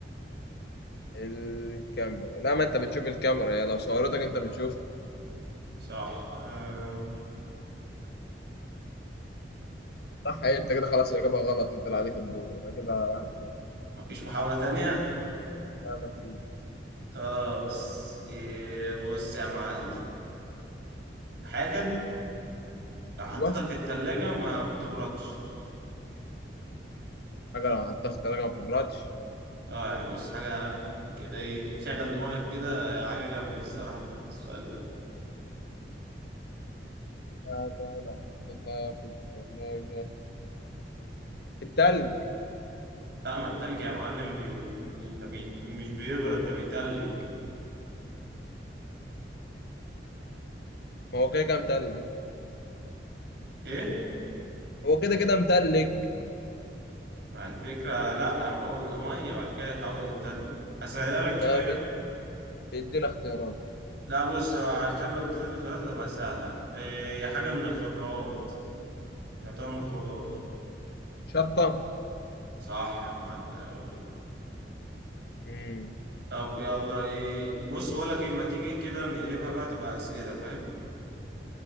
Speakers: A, on the left (about 65°); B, on the right (about 70°).
A: الكاميرا لا ما أنت بتشوف الكاميرا يا لو صورتك أنت بتشوفها
B: صح آه،
A: صح إيه، أنت كده خلاص الإجابة غلط أنت اللي عليك الدور أنا كده واحد صفر
B: مفيش محاولة تانية
A: لا ما في
B: خلاص إيه بص يا معلم حاجة لو حطيتها
A: أيوه
B: في التلاجة ما بتبردش
A: حاجة لو حطيتها في التلاجة ما بتبردش
B: اه يعني بص حاجة كده ايه شغل دماغك كده حاجة جامدة الصراحة السؤال ده
A: حاجة لو حطيتها في التلاجة التلج
B: لا ما التلج يا معلم بي... بي... ده بي... مش بيبرد ده بيتلج
A: ما هو كده كده متلج
B: ايه؟
A: هو كده كده متلج
B: مع الفكرة لا ما هو بيبقى مية وبعد كده يتحول للتلج هسهلها لك شوية
A: طب ادينا اختيارات
B: لا بص عشان لو اديتك الاختيارات هتبقى سهلة هي حاجة من الخضروات يعتبر من الخضار
A: شطة
B: صح يا معلم ايوه كده
A: مم.
B: طب يلا ايه بص بقول لك ايه ما تيجي كده نقلبها بقى تبقى اسئلة فاهم